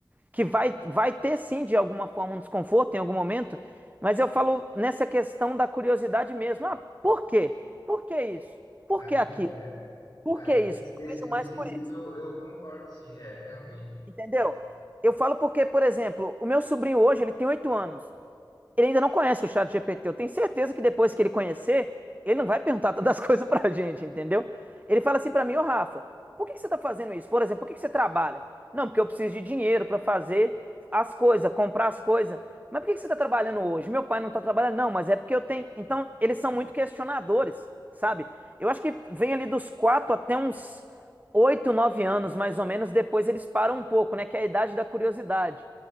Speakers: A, on the right; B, on the left.
A: que vai, vai ter sim, de alguma forma, um desconforto em algum momento, mas eu falo nessa questão da curiosidade mesmo. Ah, por quê? Por que isso? Por
B: A
A: que
B: cons-
A: aquilo?
B: é,
A: Por
B: ah,
A: que isso?
B: nesse,
A: Eu
B: nesse-
A: vejo
B: nesse
A: mais
B: quesito
A: por isso,
B: eu concordo, sim, é, realmente.
A: entendeu? Eu falo porque, por exemplo, o meu sobrinho hoje, ele tem oito anos. Ele ainda não conhece o chat GPT. Eu tenho certeza que depois que ele conhecer, ele não vai perguntar tantas <laughs> coisas pra gente, entendeu? Ele fala assim pra mim, ô Rafa, por que que você tá fazendo isso? Por exemplo, por que que você trabalha? Não, porque eu preciso de dinheiro pra fazer as coisas, comprar as coisas. Mas por que que você tá trabalhando hoje? Meu pai não tá trabalhando, não, mas é porque eu tenho. Então, eles são muito questionadores, sabe? Eu acho que vem ali dos quatro até uns oito, nove anos, mais ou menos, depois eles param um pouco, né? Que é a idade da curiosidade.